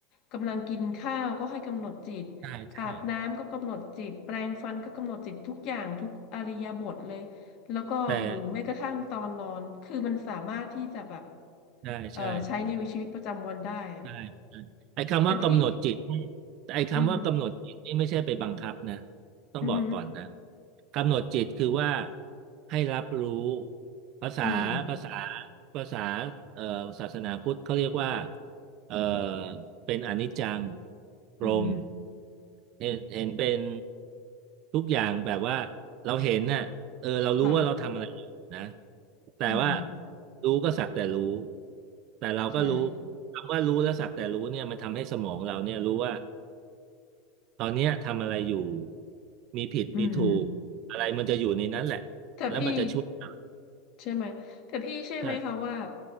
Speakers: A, on the left (about 40°); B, on the right (about 40°).
A: กำลังกินข้าวก็ให้กำหนดจิต
B: ใช่ใช่
A: อาบน้ำก็กำหนดจิตแปรงฟันก็กำหนดจิตทุกอย่างทุกอิริยาบถเลยแล้วก็หรือแม้กระทั่งตอนนอนคือมันสามารถที่จะแบบ
B: แต่ใช่ใช่
A: เอ่อใช้ในชีวิตประจำวันได้อะ
B: ใช่ใช่ไอ้คำว่ากำหนดจิตนี่
A: แต่พี่
B: ไอ้คำว่ากำหนดจิตนี่ไม่ใช่ไปบังคับนะ
A: อืม
B: ต้องบอกก่อนนะ
A: อืออ
B: กำหนดจิตคือว่าให้รับรู้ภาษาภาษา
A: อืม
B: ภาษาเอ่อศาสนาพุทธเขาเรียกว่าเอ่อเป็นอนิจจังปรง
A: อืม
B: เห็นเห็นเป็นทุกอย่างแบบว่าเราเห็นน่ะเออเรารู้ว่าเราทำอะไร
A: ค่ะ
B: นะแต่ว่า
A: อืม
B: รู้ก็สักแต่รู้แต่เราก็รู้
A: ใช่
B: คำว่ารู้และสักแต่รู้เนี่ยมันทำให้สมองเราเนี่ยรู้ว่าตอนเนี้ยทำอะไรอยู่มีผิดมีถูกอะไรมันจะอยู่ในนั้นแหละ
A: อืมแต่พี่
B: แล้วมันจะช่วยเรา
A: ใช่ไหมแต่พี่เชื่อไหมคะว่า
B: ใช่